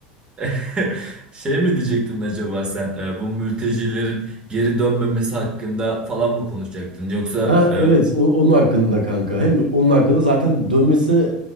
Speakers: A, on the right (about 20°); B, on the right (about 85°).
A: <laughs> Şey mi diyecektin acaba sen? Ee, bu mültecilerin geri dönmemesi hakkında falan mı konuşacaktın? Yoksa
B: Ha
A: e,
B: evet o- onun hakkında kanka. Hem onun hakkında zaten dönmesine